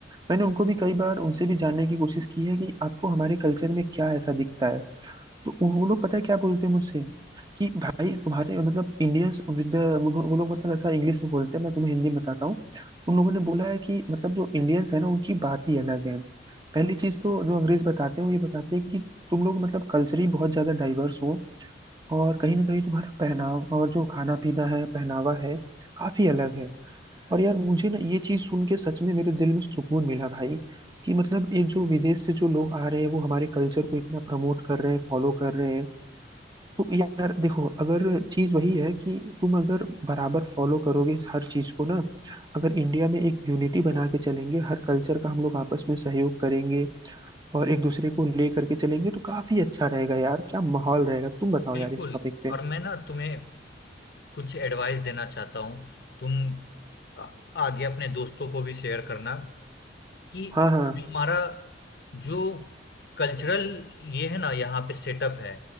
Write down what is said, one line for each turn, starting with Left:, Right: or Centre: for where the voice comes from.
Right: मैंने उनको भी कई बार उनसे भी जानने की कोशिश की है कि आपको हमारे कल्चर में क्या ऐसा दिखता है तो उन- वो लोग पता है क्या बोलते हैं मुझसे कि भाई तुम्हारे मतलब इंडियंस विद वो लोग मतलब ऐसा इंग्लिश में बोलते हैं मैं तुम्हें हिंदी में बताता हूँ उन लोगों ने बोला है कि मतलब जो इंडियंस है ना उनकी बात ही अलग है पहली चीज तो जो अंग्रेज बताते हैं वो ये बताते हैं कि तुम लोग मतलब कल्चरली बहुत ज्यादा डाइवर्स हो और कहीं ना कहीं तुम्हारा पहनाव और जो खाना पीना है पहनावा है काफी अलग है और यार मुझे ना ये चीज सुन के सच में मेरे दिल में सुकून मिला भाई कि मतलब एक जो विदेश से जो लोग आ रहे हैं वो हमारे कल्चर को इतना प्रमोट कर रहे हैं फॉलो कर रहे हैं तो यार देखो अगर चीज वही है कि तुम अगर बराबर फॉलो करोगे इस हर चीज को ना अगर इंडिया में एक यूनिटी बना के चलेंगे हर कल्चर का हम लोग आपस में सहयोग करेंगे और एक दूसरे को ले करके चलेंगे तो काफी अच्छा रहेगा यार क्या माहौल रहेगा तुम बताओ
Left: बिल्कुल
Right: यार इस टॉपिक पे
Left: और मैं ना तुम्हें कुछ एडवाइस देना चाहता हूँ तुम आ- आगे अपने दोस्तों को भी शेयर करना कि
Right: हाँ हाँ
Left: जो हमारा जो कल्चरल ये है ना यहाँ पे सेटअप है